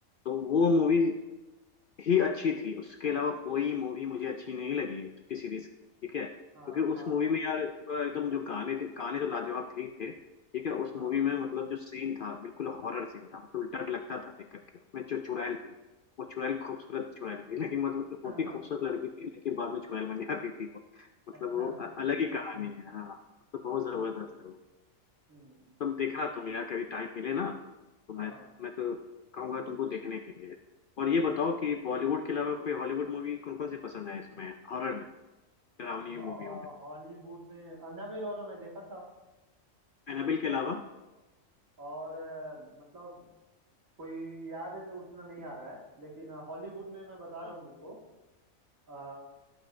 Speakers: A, on the left; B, on the right.
A: तो वो मूवी ही अच्छी थी उसके अलावा कोई मूवी मुझे अच्छी नहीं लगी उसकी सीरीज की ठीक है क्योंकि
B: हाँ हाँ
A: उस मूवी में यार पूरा एकदम जो गाने थे गाने तो लाजवाब थे ही थे ठीक है उस
B: हाँ
A: मूवी में मतलब जो सीन था बिल्कुल हॉरर सीन था मतलब डर लगता था देख करके उसमें जो चुड़ैल थी वो चुड़ैल खूबसूरत चुड़ैल थी <laughs> लेकिन मतलब
B: <laughs>
A: होती खूबसूरत लड़की थी लेकिन बाद में चुड़ैल बन जाती थी वो मतलब
B: अच्छा
A: वो अ- अलग ही कहानी है हाँ मतलब बहुत जबरदस्त
B: हम्म
A: है वो
B: हम्म
A: तुम देखना तुम यार कभी टाइम मिले ना तो मैं
B: हाँ
A: मैं तो कहूंगा तुमको देखने के लिए और ये बताओ कि बॉलीवुड के अलावा कोई हॉलीवुड मूवी कौन कौन सी पसंद है इसमें हॉरर में डरावनी मूवियों
B: और
A: में
B: हॉलीवुड में अन्नाबेल वाला मैं देखा था
A: एनाबेल के अलावा
B: और अ, मतलब कोई याद है उतना नहीं आ रहा है लेकिन हॉलीवुड में मैं बता
A: अ,
B: रहा हूँ तुमको अ,